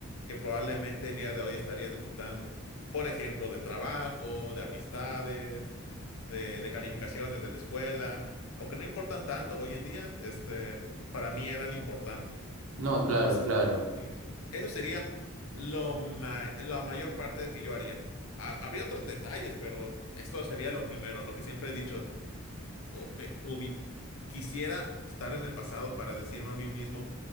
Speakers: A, on the left; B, on the right.
A: que probablemente el día de hoy estaría disfrutando. Por ejemplo, de trabajo, de amistades, de, de calificaciones de la escuela, aunque no importan tanto hoy en día, este, para mí eran importantes.
B: No,
A: Po-
B: claro,
A: No sé,
B: claro.
A: sí, sí. Eso sería lo ma- la mayor parte de que yo haría. Ha- habría otros detalles, pero esto sería lo primero, lo que siempre he dicho. o- me hubi- quisiera estar en el pasado para decirme a mí mismo,